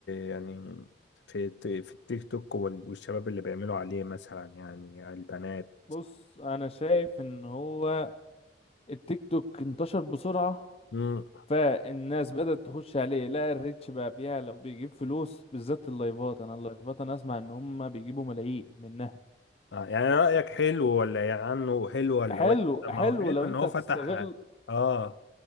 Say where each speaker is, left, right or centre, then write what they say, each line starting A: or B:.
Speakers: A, on the left; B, on the left.
A: يعني في الت- في التيك توك وال- والشباب اللي بيعملوا عليه مثلا يعني البنات
B: بص انا شايف ان هو التيك توك انتشر بسرعه
A: امم
B: فالناس بدأت تخش عليه لقى الريتش بقى بيعلى وبيجيب فلوس بالذات اللايفات انا اللايفات انا اسمع ان هم بيجيبوا ملايين منها
A: آه يعني رأيك حلو ولا يعني عنه حلو ولا
B: حلو
A: وحش طب
B: حلو
A: ما هو حلو
B: لو
A: ان
B: انت
A: هو
B: هتستغل
A: فتح اه